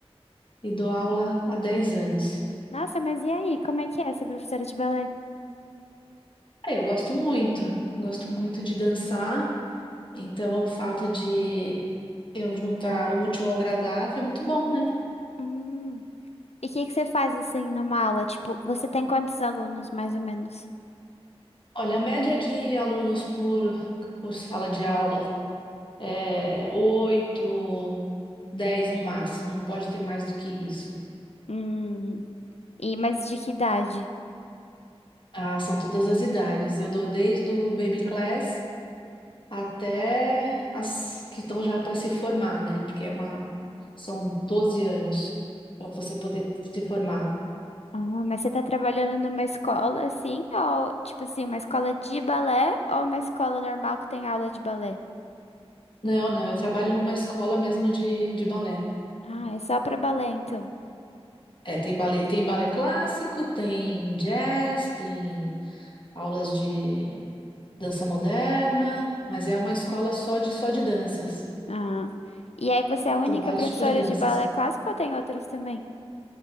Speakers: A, on the left; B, on the left.
A: e dou aula há 10 anos.
B: Nossa, mas e aí? Como é que é ser professora de balé?
A: É, eu gosto muito. Gosto muito de dançar. Então, o fato de eu juntar o útil ao agradável é muito bom, né?
B: Hum. E o que que você faz assim numa aula? Tipo, você tem quantos alunos mais ou menos?
A: Olha, a média de alunos por, por sala de aula é, oito, dez no máximo, não pode ter mais do que isso.
B: Hum. E mas de que idade?
A: Ah, são todas as idades. Eu dou desde o baby class até as que estão já para se formar, né? Porque é uma, são 12 anos para você poder se formar.
B: Ah, mas você tá trabalhando numa escola assim, ou tipo assim, uma escola de balé ou uma escola normal que tem aula de balé?
A: Não, não, eu trabalho numa escola mesmo de, de balé.
B: Ah, é só pra balé então.
A: É, tem balé, tem balé clássico, tem jazz, tem aulas de dança moderna, mas é uma escola só de só de danças.
B: Ah. E aí você é a única
A: Então, vários
B: professora
A: tipos de danças.
B: de balé clássico ou tem outras também?